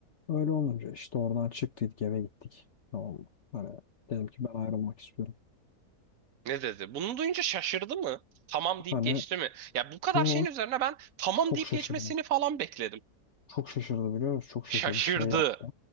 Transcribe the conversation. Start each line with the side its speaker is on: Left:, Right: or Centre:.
Left: öyle olunca işte oradan çıktık eve gittik tamam mı? Hani dedim ki ben ayrılmak istiyorum.
Right: Ne dedi? Bunu duyunca şaşırdı mı? Tamam deyip
Left: Hani
Right: geçti mi? Ya bu kadar
Left: George
Right: şeyin üzerine ben tamam
Left: çok
Right: deyip
Left: şaşırdı.
Right: geçmesini falan bekledim.
Left: Çok şaşırdı biliyor musun? Çok
Right: Şaşırdı.
Left: şaşırdı. Şey yaptı.